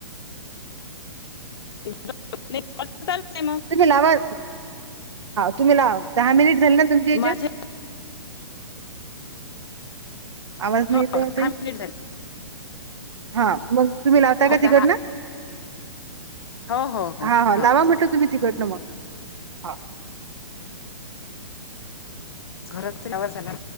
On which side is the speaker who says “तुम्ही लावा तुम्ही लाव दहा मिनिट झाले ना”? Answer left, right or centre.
Right